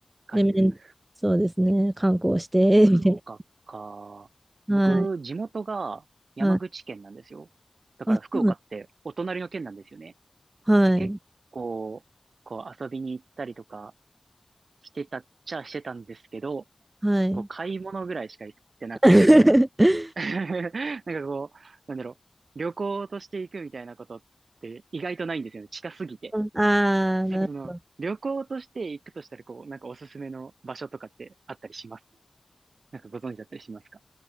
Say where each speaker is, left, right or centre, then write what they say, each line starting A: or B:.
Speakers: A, on the right; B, on the right.
A: 感じですか。
B: で、めん、そうですね、観光して、
A: 福岡か。
B: みたいな。
A: 僕、
B: はい、
A: 地元が山口県なんですよ。
B: はい。
A: だから福岡ってお隣の県なんですよね。
B: あ、そうなんはい、
A: で、結構、こう遊びに行ったりとかしてたっちゃしてたんですけど、
B: はい。
A: こう買い物ぐらいしか行ってなくて、
B: <laughs>
A: <laughs> なんかこう、なんだろう、旅行として行くみたいなことって意外とないんですよね。近すぎて。
B: ああ、
A: なんかその、
B: なるほど。
A: 旅行として行くとしたら、こう、なんかおすすめの場所とかってあったりしますなんかご存知だったりしますか